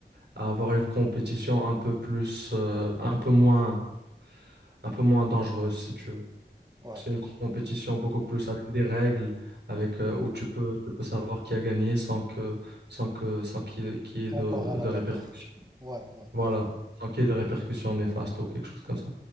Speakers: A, on the right (about 75°); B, on the right (about 20°).
A: à avoir une compétition un peu plus euh, un peu moins un peu moins dangereuse si tu veux.
B: ouais.
A: C'est une compétition beaucoup plus avec des règles, avec euh, où tu peux tu peux savoir qui a gagné sans que sans que sans qu'il y ait, qu'il y ait
B: On
A: de
B: part à
A: de
B: la bagarre.
A: répercussions.
B: Ouais, ouais,
A: Voilà,
B: ouais.
A: sans qu'il y ait des répercussions néfastes ou quelque chose comme ça.